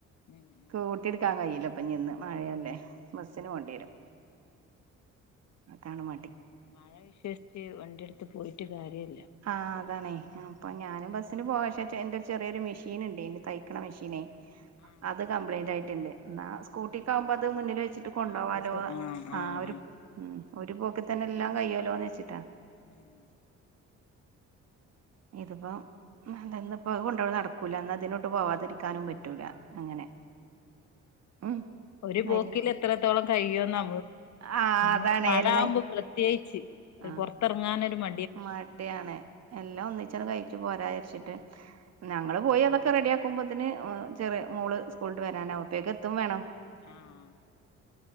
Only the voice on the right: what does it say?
കൂട്ടി എടുക്കാൻ കഴിയില്ല അപ്പൊ നിന്ന് മഴയല്ലേ ബസ്സിന് പോണ്ടി വരും അതാണ് മടി
ആഹ അതാണേ അപ്പൊ ഞാനും ബസ്സിന് പോകേഷ എന്റെ ഒരു ചെറിയൊരു മെഷീൻുണ്ട് ഇനി തയ്ക്കണ മെഷീനെ
അത് കംപ്ലൈന്റ് <unintelligible> സ്കൂട്ടിക്ക് ആകുമ്പോ അത് മുന്നിൽ വെച്ചിട്ട് കൊണ്ടോവാലോ
ആ ഒരു
ഒരു പോക്കി തന്നെ എല്ലാം കയ്യോല്ലോന്ന് വെച്ചിട്ടാ
ഇതിപ്പോ <unintelligible> ഇന്നിപ്പത് കൊണ്ടോകൽ നടക്കൂല എന്നാ അതിനോട്ട് പോവാതിരിക്കാനും പറ്റൂല അങ്ങനെ ഉം
വല്യ
ആ അതാണ്
എല്ലാം
ആ
മടിയാണ് എല്ലാം ഒന്നിച്ചങ്ങട്ട് <unintelligible> പോര വിചാരിച്ചിട്ട് ഞങ്ങള് പോയി അതൊക്കെ റെഡിയാക്കുമ്പത്തിന് ചെറിയ മോള് സ്കൂളിട്ട് വരാനാവും അപ്പോഴേക്ക് എത്തും വേണം